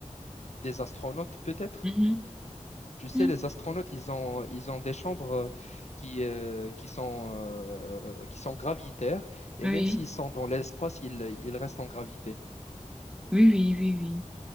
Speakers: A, on the left (about 60°); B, in the centre.
A: des astronautes, peut-être.
B: Mhm.
A: Tu sais,
B: Mhm.
A: les astronautes, ils ont, ils ont des chambres euh, qui, euh, qui sont, euh, qui sont gravitaires, et
B: Oui.
A: même s'ils sont dans l'espace, ils, ils restent en gravité.
B: Oui, oui, oui, oui.